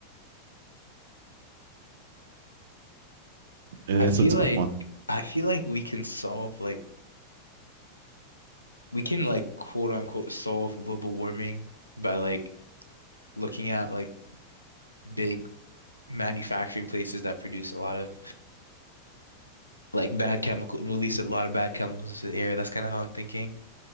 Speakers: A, on the right; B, on the left.
A: it's
B: I feel
A: a tough
B: like
A: one.
B: I feel like we can solve like we can like quote unquote solve global warming by like looking at like big manufacturing places that produce a lot of like bad chemical release a lot of bad chemicals into the air. That's kind of how I'm thinking.